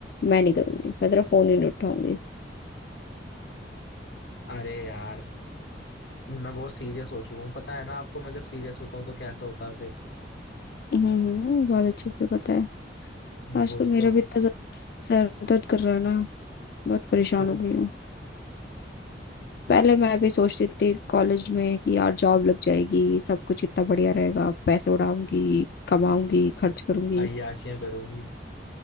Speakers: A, on the left; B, on the left.
A: मैं नहीं करूंगी मैं तेरा फोन ही नहीं उठाऊंगी
B: अरे यार मैं बहुत सीरियस हो चुका हूँ पता है ना आपको मैं जब सीरियस होता हूँ तो कैसा होता है फिर
A: हम्म हम्म, बहुत अच्छे से पता है आज
B: वही
A: तो मेरा
B: तो
A: भी इतना ज्यादा सर दर्द कर रहा है ना बहुत परेशान
B: क्यों
A: हो गई हूँ पहले मैं भी सोचती थी कॉलेज में कि यार जॉब लग जाएगी सब कुछ इतना बढ़िया रहेगा पैसे उड़ाऊंगी कमाऊंगी खर्च करूंगी
B: अय्याशियां करूंगी